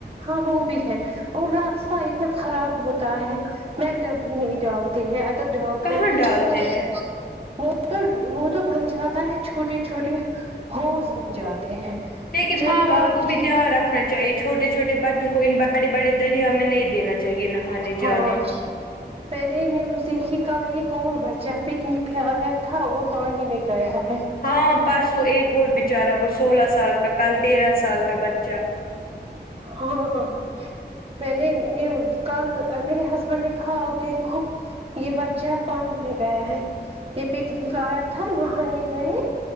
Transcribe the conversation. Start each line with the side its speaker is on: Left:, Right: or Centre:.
Right: ہاں وہ بھی ہے اور راستہ اتنا خراب ہوتا ہے میں ایک دم ہی نہیں ڈالتا ہے اگر ڈالتے
Left: کہاں ڈالتے
Right: <unintelligible>
Left: ہیں
Right: وہ تو وہ تو بن جاتا ہے چھوٹے چھوٹے ہوز بن جاتے ہیں
Left: لیکن
Right: جب
Left: ماں باپ
Right: گاڑی
Left: کو بھی دھیان
Right: میں
Left: رکھنا چاہیے چھوٹے چھوٹے بچوں کو ان بڑے بڑے دریا میں نہیں دینا چاہیے چاہیے نہانے
Right: ہاں
Left: جانے
Right: میں نے نیوز دیکھی کل ایک اور بچہ پکنک پہ آیا تھا اور پانی میں گیا ہے
Left: ہاں پرسوں ایک اور بچارا وہ سولہ سال کا کل تیرہ سال کا بچہ
Right: ہاں ہاں میں نے کل میرے ہسبینڈ نے کہا دیکھو یہ بچہ پانی میں گیا ہے یہ پکنک آیا تھا نہانے گئے